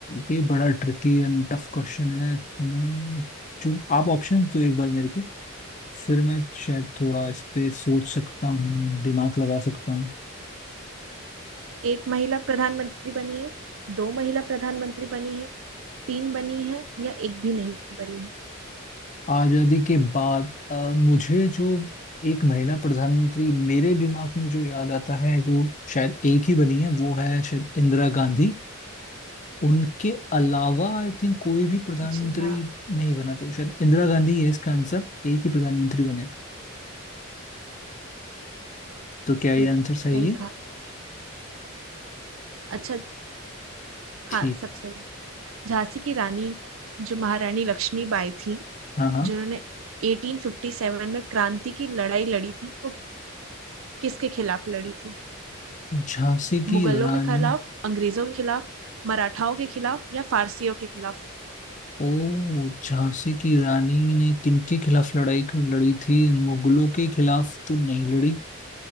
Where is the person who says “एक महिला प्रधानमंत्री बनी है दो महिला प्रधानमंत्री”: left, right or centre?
Right